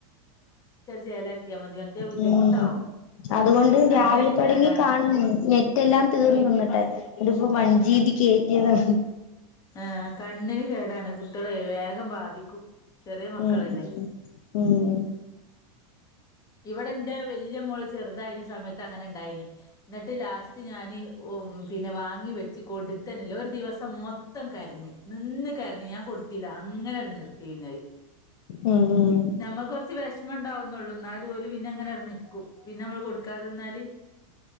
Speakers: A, on the left; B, on the left.
A: ചേലാക്കിയാ മതി മറ്റേ ബുദ്ധിമുട്ടാവും
B: മ്
A: കുട്ടികൾക്ക്
B: അതുകൊണ്ട്
A: കണ്ണിന്
B: രാവില
A: കേടാണ്
B: തൊടങ്ങി കാണണ് നെറ്റെല്ലാം തീർന്ന് ന്നിട്ട് ഇന്നിട്ട്പ്പോ വൺ ജീബി കേറ്റിയതാണ്
A: ആഹ് കണ്ണിന് കേടാണ് കു വിവേകം ബാധിക്കും ചെറിയ മക്കളല്ലേ
B: ഉം ഉം
A: ഇവിടെ എന്റെ വല്ല്യ മോൾ ചെറുതായിന സമയത്ത് അങ്ങനെണ്ടായിനി ന്നിട്ട് ലാസ്റ്റ് ത്ത് ഞാൻ ഓം പിന്നെ വാങ്ങി വെച്ച് കൊടുത്തനില്ല ഒരു ദിവസം മൊത്തം കരഞ്ഞ് നിന്ന് കരഞ്ഞ് ഞാൻ കൊട് തില്ല അങ്ങനെ നിർത്തി പിന്നെഅയ്
B: ഉം ഉം
A: നമ്മക്ക് കുറച്ച് വിഷമം ഉണ്ടാവും നെള്ളു ഇന്നാലും ഓല് പിന്നെ അങ്ങനെ അവിടെ നിക്കും പിന്നെ നമ്മള് കൊടുക്കനിന്നാല്